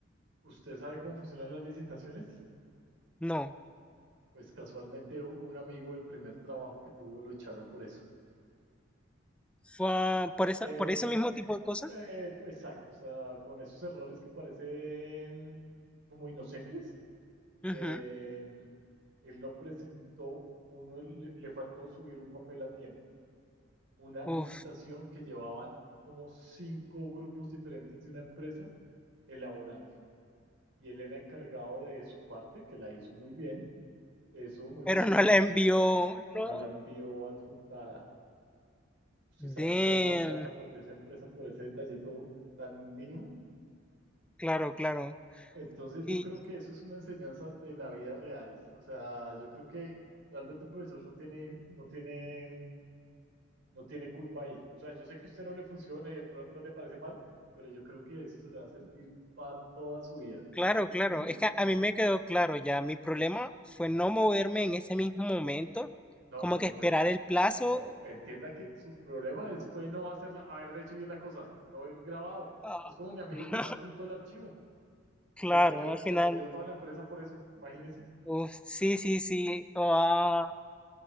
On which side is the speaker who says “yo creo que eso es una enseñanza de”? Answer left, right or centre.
Right